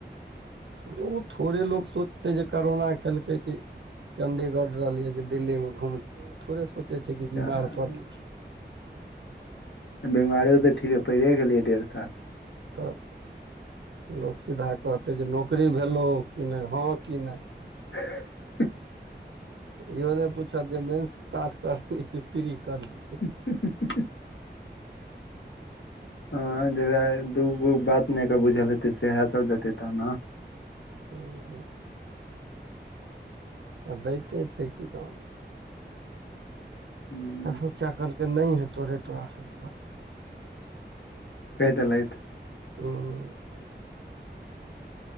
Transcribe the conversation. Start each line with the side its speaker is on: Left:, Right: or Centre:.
Right: ओ थोड़े लोग सोचते जे करोना खेलकै क चंडीगढ़ रहलियै दिल्ली मे घुमली ओ थोड़े सोचे छै की बीमार
Left: तऽ
Right: पड़लिए
Left: बेमारो तऽ ठीकइ पड़ि गेलियै डेढ़ साल
Right: तऽ लोक सीधा कहतै जे नौकरी भेलो कि नहि हँ कि नहि
Left: हँ हँ हह
Right: इहो नहि पूछत जे मेन्स पास करली कि पिरी कर ली
Left: हँ हँ हहह हँ जकरा दूगो बात नहिर बुझल हेतै सएह सभ देतै ताना
Right: ओ <inaudible> आ दैते छै कि गाँउ में
Left: हू <inaudible>
Right: सचा कल के नहि हेतो रे तोरा सब
Left: कहि देलथि
Right: हुँ